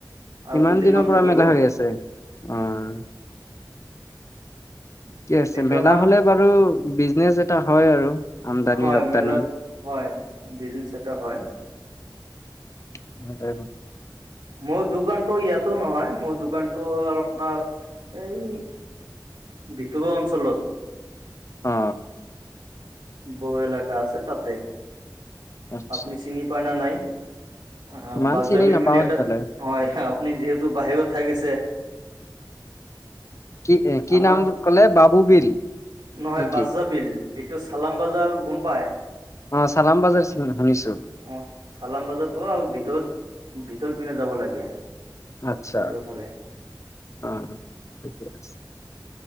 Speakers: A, on the right (about 75°); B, on the left (about 40°).
A: আৰু
B: ইমান
A: দুদিনমান
B: দিনৰ পৰা
A: থাকিব
B: মেলা হৈ আছে। উম। ঠিকে আছে।
A: এইটো
B: মেলা
A: আমাৰ
B: হ'লে বাৰু, বিজনেচ এটা হয় আৰু। আমদানি
A: হয়।
B: ৰপ্তানি
A: মেলাত হয়, বিজনেচ এটা হয়।
B: <inaudible>
A: মোৰ দোকানতো ইয়াতো নহয়। মোৰ দোকানতো হয় আলপমান, এই ভিতৰৰ অঞ্চলত।
B: অ।
A: বৌ এলেকা আছে তাতে।
B: আচ্ছা
A: আপোনি চিনি পায় নে নাই? অ
B: ইমান
A: বাজাবিল
B: চিনি নাপাও
A: বুলি এটা
B: সেইফালে
A: অ এইখা, আপুনি যিহেতু বাহিৰত থাকিছে।
B: কি, কি
A: আমাৰ
B: নাম ক'লে? বাবু বিল।
A: নহয়।
B: নেকি
A: বাজাবিল, এইটো চালাম বাজাৰ গম পাই?
B: অ' চালাম বাজাৰ শুনিছো।
A: অ', চালাম বাজাৰ পৰা আৰু ভিতৰত, ভিতৰ পিনে যাব লাগে।
B: আচ্ছা
A: ভিতৰ ফালে।
B: অ', ঠিকে আছে।